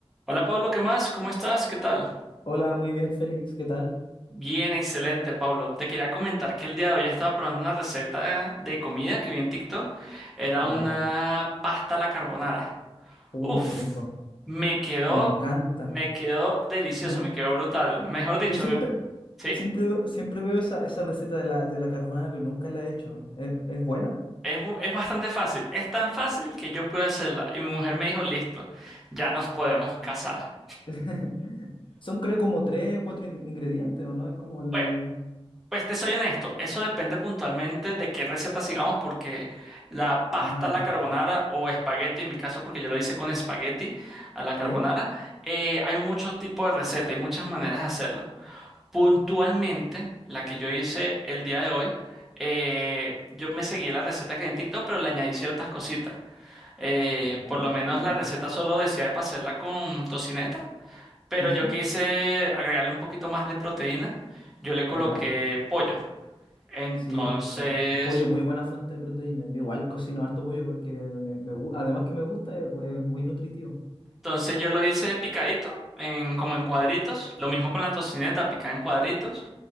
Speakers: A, in the centre; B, on the left.
A: Hola Pablo, ¿qué más? ¿Cómo estás? ¿Qué tal?
B: Hola, muy bien, Félix, ¿qué tal?
A: Bien, excelente, Pablo. Te quería comentar que el día de hoy estaba probando una receta de comida que vi en TikTok. Era
B: ¿Ya?
A: una pasta a la carbonara.
B: Uh,
A: Uf,
B: qué rico,
A: me quedó,
B: me encanta.
A: me quedó delicioso,
B: Nu-
A: me quedó brutal. Mejor dicho,
B: yo siempre,
A: mi- sí,
B: siempre veo, siempre veo esa, esa receta de la, de la carbonara, pero nunca la he hecho. ¿Es, es buena?
A: es, bu- es bastante fácil. Es tan fácil que yo pude hacerla. Y mi mujer me dijo, listo, ya nos podemos casar.
B: <laughs> Son creo como tres o cuatro in- ingredientes, ¿o no? Es como el...
A: Bueno, Pues te soy honesto, eso depende puntualmente de qué receta sigamos, porque la pasta
B: Ah,
A: a la carbonara o espagueti, en mi caso, porque yo lo hice con espagueti a la carbonara,
B: sí,
A: eh, hay muchos tipos de recetas, hay muchas maneras de hacerlo. Puntualmente, la que yo hice el día de hoy, eh, yo me seguí la receta que hay en TikTok, pero le añadí ciertas cositas. Eh,
B: ya,
A: por lo menos
B: ¿cómo
A: la receta
B: qué
A: solo decía para hacerla con tocineta, pero
B: Sí,
A: yo
B: sí,
A: quise agregarle un poquito más de proteína. Yo le coloqué
B: ya.
A: pollo. Entonces,
B: Sí, el, el- el pollo, muy buena fuente de proteína. Yo igual cocino harto pollo porque me, me gu- además que me gusta, es, bu- es muy nutritivo.
A: entonces yo lo hice picadito, en, como en cuadritos.
B: Sí.
A: Lo mismo con la tocineta, picada en cuadritos.